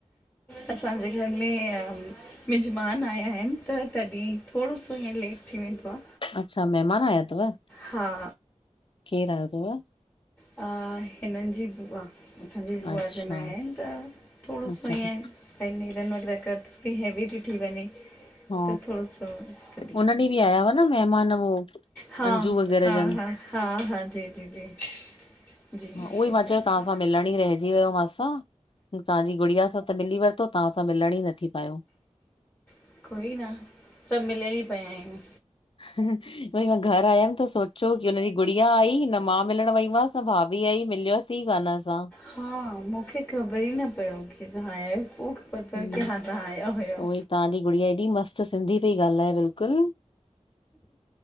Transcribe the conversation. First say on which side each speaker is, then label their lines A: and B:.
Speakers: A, on the left; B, on the left.
A: असांजे घर में मिज़मान आया आहिनि त तॾहिं थोड़ो सो ईअं लेट थी वेंदो आहे।
B: अच्छा मेहिमान आया अथव?
A: हा
B: केर आयो अथव?
A: अ, हिननि जी बुआ। असांजी बुआ
B: अच्छा
A: जन आया आहिनि त थोड़ो
B: अच्छा
A: सो ईअं
B: अच्छा।
A: ऐं नेरिन वग़ैरह कर थोड़ो हैवी थी, थी वञे
B: हा
A: त थोड़ो सो कॾहिं।
B: उन ॾींहुं बि आया हुआ न मेहिमान उहो
A: हा
B: अंजू वग़ैरह
A: हा
B: जनि।
A: हा हा हा जी जी जी जी
B: हा उहो
A: सही
B: ई मां चयो
A: ॻाल्हि
B: तव्हांसां मिलण ई रहिजी वियो मूसां तव्हांजी गुड़िया सां त मिली वठो। त तव्हांसां मिलण ई न थी पायो।
A: आहे कोई न सभु मिलियल ई पिया आहियूं
B: हा हा वरी मां घर आयमि त सोचियो की हुनजी गुड़िया आई न मां मिलण वईमासि न भाभी आई मिलियास ई कोन असां
A: हा मूंखे ख़बर ई न पियो की तव्हां आया आहियो पोइ ख़बर पियो
B: हम्म
A: की हा तव्हां आया हुयो।
B: उहोई तव्हांजी गुड़िया ऐॾी मस्त सिंधी पई ॻाल्हाए बिल्कुलु।